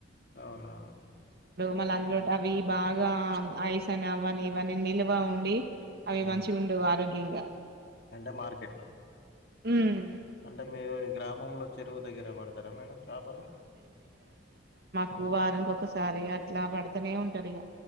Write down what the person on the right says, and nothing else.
మళ్ళ అందులో టవి బాగా ఐస్ అని అవని ఇవని నిల్వ ఉండి అవి
మంచిగుండవు ఆరోగ్యంగా
ఉమ్
కు వారానికి ఒకసారి అట్లా పడతనే ఉంటారు ఇగ